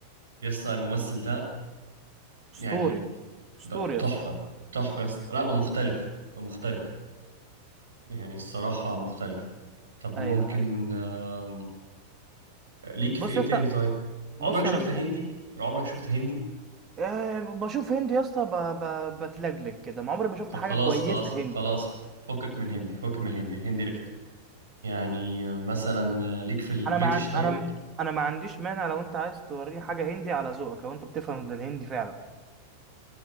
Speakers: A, on the right; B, on the right.
A: يسطا الممثل ده
B: اسطوري
A: يعني
B: اسطوري
A: ب-
B: يا
A: تحفة
B: اسطى
A: تحفة يسطا لا ومختلف مختلف يعني الصراحة مختلف طب ممكن
B: ايوه هاي
A: آم، ليك في
B: بص
A: ايه
B: يا
A: تاني
B: اسطى
A: طيب عمرك
B: بص
A: شفت
B: انا بحب
A: هندي عمرك شفت هندي
B: أه بشوف هندي يا اسطى ب- ب- بتلجلج كده ما عمري ما شفت
A: طب
B: حاجه
A: خلاص
B: كويسه
A: خلاص
B: هندي
A: خلاص فكك من هندي فكك من الهندي الهندي رخي يعني مثلا آه، ليك في البريتش
B: انا مع انا
A: طيب
B: انا ما عنديش مانع لو انت عايز توريني حاجه هندي على ذوقك لو انت بتفهم بالهندي فعلا